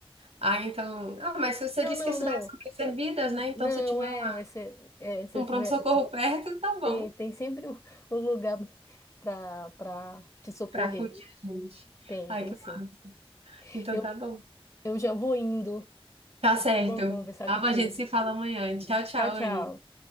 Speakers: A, on the right; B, on the left.
A: Ah, então. Ah, mas você
B: Não,
A: disse
B: não,
A: que as cidades
B: não,
A: são bem servidas, né? Então,
B: não,
A: se tiver
B: é,
A: uma,
B: é se, é, se
A: um
B: eu tiver,
A: pronto-socorro perto, tá bom.
B: tem, tem sempre um um lugar pra, pra te socorrer.
A: Pra acudir a gente.
B: Tem,
A: Ai,
B: tem
A: que
B: sim.
A: massa. Então
B: Eu,
A: tá bom.
B: eu já vou indo.
A: Tá certo.
B: Foi bom conversar
A: Ah,
B: contigo.
A: a gente se fala amanhã. Tchau, tchau,
B: Tchau, tchau.
A: Anne.